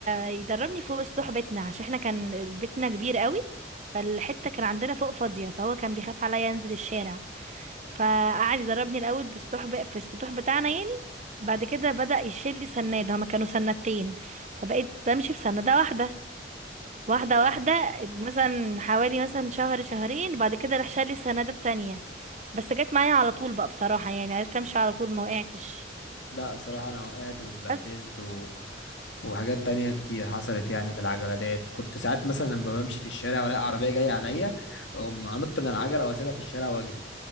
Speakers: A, on the right (about 40°); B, on the left (about 75°).
A: يدربني فوق سطوح بيتنا عشان احنا كان بيتنا كبير قوي فالحته كان عندنا فوق فاضيه فهو كان بيخاف عليا انزل الشارع فقعد يدربني الاول بالسطوح ب... في السطوح بتاعنا يعني بعد كده بدأ يشيل لي سناد هما كانوا سنادتين فبقيت بمشي في سنادة واحدة واحدة
B: اه
A: واحدة مثلا حوالي مثلا شهر شهرين بعد كده راح شال لي السنادة التانية بس جت معايا على طول بقى بصراحة يعني عرفت امشي على طول ما وقعتش
B: لا صراحة أنا وقعت واتبهدلت
A: بس
B: و... وحاجات تانية كتير حصلت يعني في العجلة ديت كنت ساعات مثلا لما بمشي في الشارع وألاقي عربية جاية عليا أقوم أنط من العجلة وأسيبها في الشارع وأجري